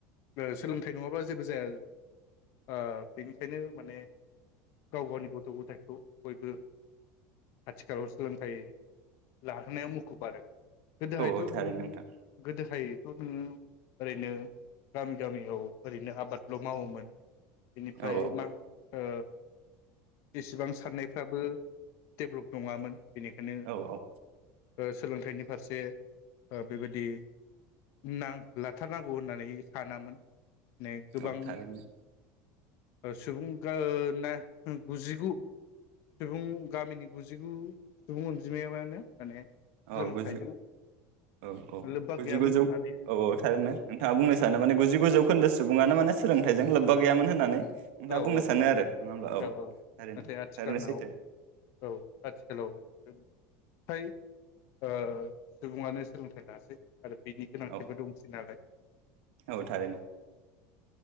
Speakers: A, on the left; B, on the right.
A: ओ सोलोंथाइ नङाबा जेबो जाया ओ बेनिखायनो माने गाव गावनि गथ' गथायाइखौ बयबो आथिखालाव सोलोंथाइ लाहोनायाव मुखुबआरो गोदोहायथ'
B: औ थारैनो
A: नोङो
B: नोंथां
A: दोहायथ' नोङो ओरैनो गामि गामियाव ओरैनो आबादल' मावोमोन। बेनिफ्राय
B: औ
A: मा ओ जिसेबां साननायफ्राबो डेभलप नङामोन। बेनिखायनो
B: औ औ
A: ओ सोलोंथाइनि फारसे ओ बेबायदि नां लाथारनांगौ होननानै सानामोन। ने गोबां
B: औ थारैनो
A: ओ सुबुंगोनो ओं गुजिगु सुबुं गामिनि गुजिगु सुबुं अनजिमायावआनो माने सोलोंथाइजों
B: औ गुजि औ औ
A: लोब्बा गैयामोन
B: गुजिगुजौ
A: होननानै
B: औ औ थारैनो नोंथाङा बुंनो सानो माने गुजिगु जौखोन्दो सुबुं मानो माने सोलोंथाइजों लोब्बा गैयामोन होननानै नोंथाङा
A: औ औ
B: बुंनो सानो
A: औ
B: आरो नङा होमब्ला
A: औ औ
B: थारैनो
A: नाथाय आथिखानाव
B: थारैनो सैथो
A: औ आथिखालावबो थाय ओ सुबुंङानो सोलोंथाइ लासै। आरो बिनि गोनांथिबो
B: औ
A: दंसै नालाय।
B: औ थारैनो।